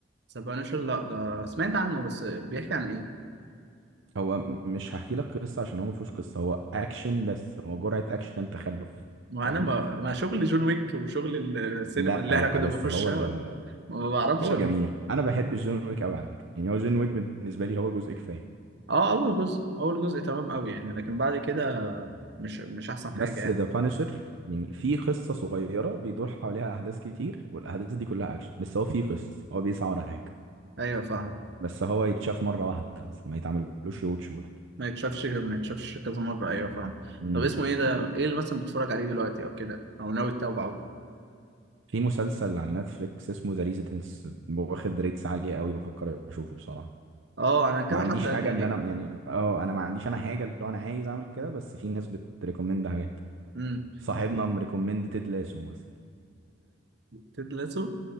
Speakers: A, on the right (about 55°); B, on the right (about 75°).
A: سبانشر لا ده سمعت عنه بس بيحكي عن ايه
B: هو م- مش هحكي لك قصه عشان هو ما فيهوش قصه هو اكشن بس هو جرعه اكشن تخلف
A: ما
B: فاهم
A: انا ما ما شغل جون ويك وشغل السينما
B: لا
A: اللي
B: لا
A: احنا كنا
B: بس
A: بنخشها
B: هو ج-
A: ما بعرفش
B: هو جميل انا بحب جون ويك قوي على فكره يعني هو جون ويك بالنسبه لي هو جزء كفايه
A: اه اول جزء اول جزء تمام قوي يعني لكن بعد كده مش مش احسن
B: بس
A: حاجه يعني
B: ذا بانشر يعني في قصه صغيره بيدور حواليها احداث كتير والاحداث دي كلها اكشن بس هو في قصه هو بيسعى ورا حاجه
A: ايوه فاهم
B: بس هو يتشاف مره واحده بس ما يتعملوش واتش برضه
A: ما يتشافش ما يتشافش كذا مره ايوه فاهم
B: مم.
A: طب اسمه ايه ده ايه اللي مثلا بتتفرج عليه دلوقتي او كده او ناوي تتابعه
B: في مسلسل على نتفليكس اسمه ذا ريزيدنس واخد ريتس عاليه قوي بفكر اشوفه بصراحه
A: اه انا كذا
B: ما عنديش
A: حد قال
B: حاجه
A: لي عليه
B: ان انا يعني اه انا ما عنديش انا حاجه اللي هو انا عايز اعمل كده بس في ناس بتريكومند حاجات
A: امم
B: صاحبنا مريكومند تيد لاسو مثلا
A: تدلسه